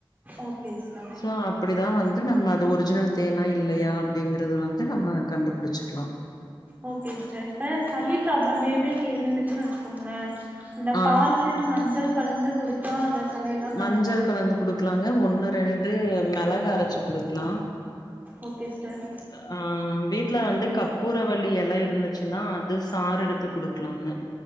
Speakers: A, on the right; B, on the left.
A: ஓகே சிஸ்டர்
B: ஆ அப்டிதா வந்து நம்ம அது ஒரிஜினல் தேனா இல்லையா அப்டிங்கறது வந்து நம்ம கண்டுபுடிச்சிக்லா
A: ஓகே சிஸ்டர் இப்ப சளி ப்ராப்ளம் பேபிக்கி இருந்துச்சுன் வச்சுக்கோங்ளே அந்த
B: ஆ.
A: பால்ல இன்ன மஞ்சள் கலந்து குடுத்தா அந்த சளி எல்லா
B: மஞ்சள்
A: கரஞ்
B: கலந்து குடுக்கலாங்க ஒன்னு ரெண்டு மெளகு அரச்சு குடுக்லா
A: ஓகே சிஸ்டர்
B: அ ஆ அ வீட்ல வந்து கப்பூரவள்ளி எல இருந்துச்சுன்னா அது சாறு எடுத்து குடுக்கலாங்க